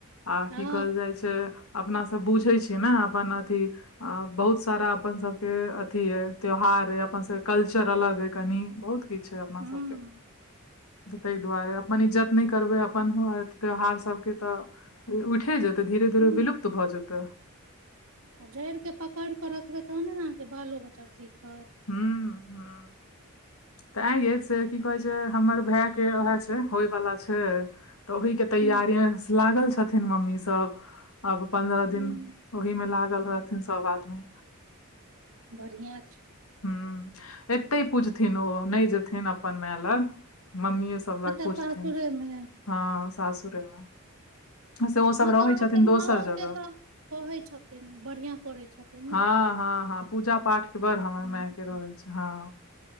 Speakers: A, on the left; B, on the right.
A: आ
B: हँ
A: की कहल जाइ छै अपना सब बुझै छियै ने अपन अथि आ बहुत सारा अपन सबके अथी अय त्योहार अय अपन सबके कल्चर अलग अय कनी बहुत किछु छै अपना
B: हूँ
A: सबके तऽ ताहि दुआरे अपन इज्जत नहि करबै अपन त्योहार सभके तऽ उइठे जेतै धीरे
B: हूँ
A: धीरे विलुप्त भऽ जेतै
B: आ जड़ि के पकड़ि के रखबै तहने ने अहाँके बालो बच्चा सीखत
A: हूंम्म हूंम्म तऽ ऐँ यै से की कहै छै हमर भाय के वएह छै होय बाला छै तऽ ओहि के तैयारीमे
B: हूँ
A: लागल छथिन मम्मी सब अब पंन्द्रह दिन
B: हँ
A: ओहि मे लागल रहथिन सब आदमी
B: बढ़ियाँ छै
A: हूंम्म एत्ते पूजथिन ओ नहि जेथिन अपन माय लग मम्मीेये सब सब लग
B: अच्छा
A: पूजथिन
B: सासुरे मे
A: हँ सासुरेमे से ओसभ
B: हँ तऽ
A: रहैत
B: अहाँके
A: छथिन
B: माँओ
A: दोसर जगह
B: के तऽ कहै छथिन बढ़ियाँ करै छथिन
A: हँ
B: ने
A: हँ हँ पूजा पाठ के बड़ हमर
B: हँ
A: माय के रहैत छै हँ